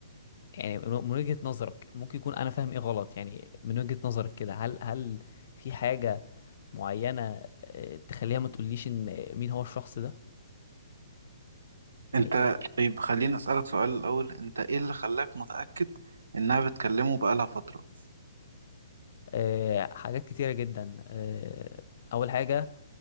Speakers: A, on the left; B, on the right.
A: يعني من من وجهه نظرك ممكن يكون انا فاهم ايه غلط يعني من وجهه نظرك كده هل هل في حاجه معينه آه، تخليها ما تقوليش ان مين هو الشخص ده
B: انت
A: يعني
B: طيب خليني اسألك سؤال الأول انت ايه اللي خلاك متأكد انها بتكلمه بقالها فترة
A: أه حاجات كتيره جدا أه اول حاجه